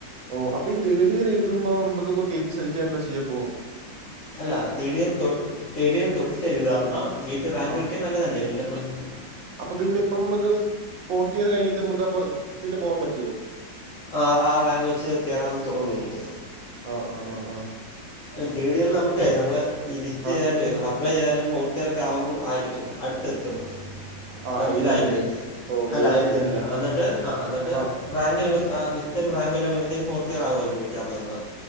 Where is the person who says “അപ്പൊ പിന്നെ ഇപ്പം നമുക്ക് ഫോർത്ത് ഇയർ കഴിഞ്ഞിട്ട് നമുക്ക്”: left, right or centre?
Right